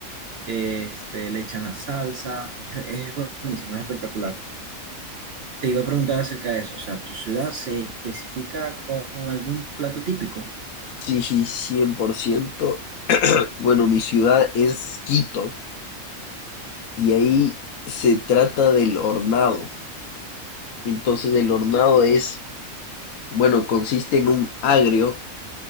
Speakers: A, on the right; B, on the left.
A: este, le echan la salsa, es, es buenísimo, es espectacular. Te iba a preguntar acerca de eso, o sea, ¿tu ciudad se especifica con algún plato típico?
B: sí, sí, cien por ciento Bueno, mi ciudad es Quito. y ahí se trata del hornado. Entonces el hornado es, bueno, consiste en un agrio